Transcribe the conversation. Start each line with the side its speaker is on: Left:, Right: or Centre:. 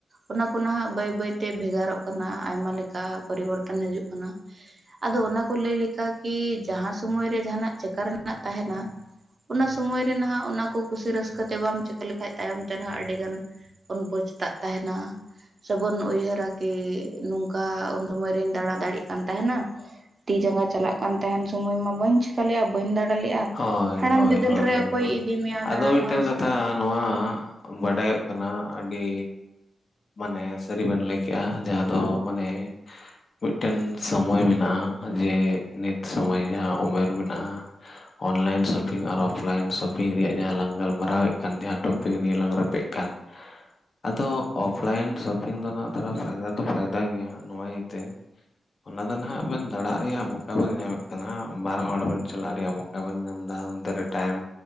Right: ᱚᱱᱟ ᱠᱚ ᱱᱟᱦᱟᱜ ᱵᱟᱹᱭ ᱵᱟᱹᱭᱛᱮ ᱵᱷᱮᱜᱟᱨᱚᱜ ᱠᱟᱱᱟ ᱟᱭᱢᱟ ᱞᱮᱠᱟ ᱯᱚᱨᱤᱵᱚᱨᱛᱚᱱ ᱦᱟᱡᱩᱜ ᱠᱟᱱᱟ᱾ ᱟᱫᱚ ᱚᱱᱟ ᱠᱚ ᱞᱟᱹᱭ ᱞᱮᱠᱟ ᱠᱤ ᱡᱟᱦᱟᱸ ᱥᱚᱢᱚᱭ ᱨᱮ ᱡᱟᱦᱟᱸᱱᱟᱜ ᱪᱮᱠᱟ ᱨᱮᱱᱟᱜ ᱛᱟᱦᱮᱱᱟ᱾ ᱚᱱᱟ ᱥᱚᱢᱚᱭ ᱨᱮ ᱱᱟᱦᱟᱜ ᱚᱱᱟ ᱠᱚ ᱠᱩᱥᱤ ᱨᱟᱹᱥᱠᱟᱹ ᱛᱮ ᱵᱟᱢ ᱪᱤᱠᱟᱹ ᱞᱮᱠᱷᱟᱡ ᱛᱟᱭᱚᱢ ᱛᱮ ᱱᱟᱦᱟᱜ ᱟᱹᱰᱤᱜᱟᱱ ᱩᱱ ᱯᱚᱡᱛᱟᱜ ᱛᱟᱦᱮᱱᱟ᱾ ᱥᱮᱵᱚᱱ ᱩᱭᱦᱟᱹᱨᱟ ᱠᱤ ᱱᱚᱝᱠᱟ ᱩᱱ ᱥᱚᱢᱚᱭ ᱨᱤᱧ ᱫᱟᱬᱟ ᱫᱟᱲᱮᱭᱟᱜ ᱠᱟᱱ ᱛᱦᱮᱱᱟ᱾ ᱛᱤ ᱡᱟᱸᱜᱟ ᱪᱟᱞᱟᱜ ᱠᱟᱱ ᱛᱟᱦᱮᱱ ᱥᱚᱢᱚᱭ ᱢᱟ ᱵᱟᱹᱧ ᱪᱮᱠᱟ ᱞᱮᱜᱼᱟ ᱵᱟᱹᱧ ᱞᱮᱜᱼᱟ
Left: ᱦᱳᱭ
Right: ᱦᱟᱲᱟᱢ
Left: ᱦᱳᱭ
Right: ᱵᱤᱫᱟᱹᱞ
Left: ᱦᱳᱭ
Right: ᱨᱮ
Left: ᱦᱳᱭ
Right: ᱚᱠᱚᱭ
Left: ᱦᱳᱭ
Right: ᱤᱫᱤ ᱢᱮᱭᱟ
Left: ᱟᱫᱚ
Right: ᱫᱟᱬᱟᱱ
Left: ᱢᱤᱫᱴᱟᱹᱝ
Right: ᱦᱳᱭ
Left: ᱠᱟᱛᱷᱟ
Right: ᱥᱮ
Left: ᱱᱚᱣᱟ ᱵᱟᱰᱟᱭᱚᱜ ᱠᱟᱱᱟ ᱟᱹᱰᱤ ᱢᱟᱱᱮ ᱥᱟᱹᱨᱤ ᱵᱮᱱ ᱞᱟᱹᱭ ᱠᱮᱜᱼᱟ ᱡᱟᱦᱟᱸ ᱫᱚ ᱢᱟᱱᱮ ᱢᱤᱫᱴᱮᱱ ᱥᱚᱢᱚᱭ ᱢᱮᱱᱟᱜᱼᱟ ᱡᱮ ᱱᱤᱛ ᱥᱚᱢᱚᱭ ᱡᱟᱦᱟᱸ ᱩᱢᱮᱨ ᱢᱮᱱᱟᱜᱼᱟ ᱚᱱᱞᱟᱭᱤᱱ ᱥᱚᱯᱤᱝ ᱟᱨ ᱚᱯᱷᱞᱟᱭᱤᱱ ᱥᱚᱯᱤᱝ ᱨᱮᱭᱟᱜ ᱡᱟᱦᱟᱸ ᱞᱟᱝ ᱜᱟᱞᱢᱟᱨᱟᱣᱮᱫ ᱠᱟᱱ ᱡᱟᱦᱟᱸ ᱴᱚᱯᱤᱠ ᱛᱮᱜᱮ ᱱᱤᱭᱟᱹ ᱞᱟᱝ ᱨᱮᱯᱮᱜ ᱠᱟᱱ ᱟᱫᱚ ᱚᱯᱷ ᱞᱟᱭᱤᱱ ᱥᱚᱯᱤᱝ ᱫᱚ ᱱᱟᱦᱟᱜ ᱛᱷᱚᱲᱟ ᱯᱷᱟᱭᱫᱟ ᱫᱚ ᱯᱷᱟᱭᱫᱟ ᱜᱮᱭᱟ ᱱᱚᱣᱟ ᱤᱭᱟᱹᱛᱮ ᱚᱱᱟ ᱫᱚ ᱱᱟᱦᱟᱜ ᱵᱮᱱ ᱫᱟᱲᱟᱜ ᱨᱮᱭᱟᱜ ᱢᱚᱠᱟ ᱵᱮᱱ ᱧᱟᱢᱮᱫ ᱠᱟᱱᱟ ᱵᱟᱨ ᱦᱚᱲ ᱵᱮᱱ ᱪᱟᱞᱟᱜ ᱨᱮᱭᱟᱜ ᱢᱚᱠᱟ ᱢᱚᱠᱟ ᱵᱮᱱ ᱧᱟᱢᱫᱟ ᱚᱱᱛᱮ ᱨᱮ ᱴᱟᱭᱤᱢ